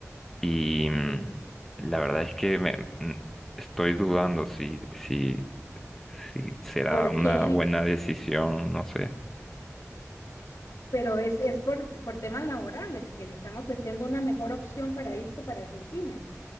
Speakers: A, in the centre; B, on the left.
A: y mm,
B: Bien.
A: la verdad es que me, mm, estoy dudando si, si, si será
B: ¿Por
A: una
B: qué?
A: buena decisión, no sé.
B: Pero es, es por, por temas laborales que le están ofreciendo una mejor opción para irse para Argentina.